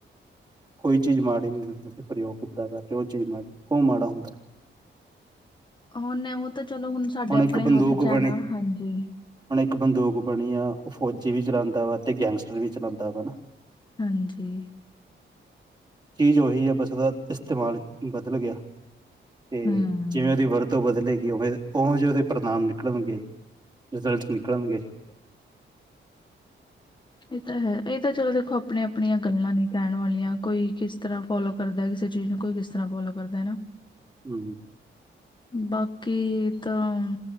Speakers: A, on the right (about 20°); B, on the left (about 25°).
A: ਕੋਈ ਚੀਜ਼ ਮਾੜੀ ਨਹੀਂ, ਤੁਸੀਂ ਪ੍ਰਯੋਗ ਕਿੱਦਾਂ ਕਰ ਰਹੇ ਹੋ ਉਹ ਚੀਜ਼ ਮਾੜੀ, ਉਹ ਮਾੜਾ ਹੁੰਦਾ।
B: ਉਹਨ ਉਹ ਤਾਂ ਚਲੋ, ਹੁਣ ਸਾਡੇ ਆਪਣੇ
A: ਇੱਕ ਬੰਦੂਕ
B: ਹੱਥ 'ਚ ਹੈ
A: ਬਣੀ
B: ਨਾ, ਹਾਂਜੀ।
A: ਹੁਣ ਇੱਕ ਬੰਦੂਕ ਬਣੀ ਆ, ਉਹ ਫੌਜੀ ਵੀ ਚਲਾਉਂਦਾ ਵਾ ਤੇ ਗੈਂਗਸਟਰ ਵੀ ਚਲਾਉਂਦਾ ਵਾ, ਹਨਾ।
B: ਹਾਂਜੀ।
A: ਚੀਜ਼ ਉਹੀ ਹੈ, ਬਸ ੳਦਾ ਇਸਤੇਮਾਲ ਬਦਲ ਗਿਆ। ਤੇ
B: ਹਮ।
A: ਜਿਵੇਂ ਉਹਦੀ ਵਰਤੋਂ ਬਦਲੇਗੀ, ਉਵੇਂ ਉਹੋ ਜਿਹੇ ਉਹਦੇ ਪ੍ਰਣਾਮ ਨਿਕਲਣਗੇ, ਰਿਜ਼ਲਟ ਨਿਕਲਣਗੇ।
B: ਠੀਕ ਹੈ। ਇਹ ਤਾਂ ਹੈ। ਇਹ ਤਾਂ ਚਲੋ ਦੇਖੋ ਆਪੀਆਂ ਆਪਣੀਆਂ ਗੱਲਾਂ ਨੇ ਕਹਿਣ ਵਾਲੀਆਂ, ਕੋਈ ਕਿਸ ਤਰ੍ਹਾਂ ਫੋਲੋ ਕਰਦਾ ਕਿਸੇ ਚੀਜ਼ ਨੂੰ, ਕੋਈ ਕਿਸ ਤਰ੍ਹਾਂ ਫੋਲੋ ਕਰਦਾ, ਨਾ।
A: ਹਮ ਹ।
B: ਬਾਕੀ ਤਾਂ,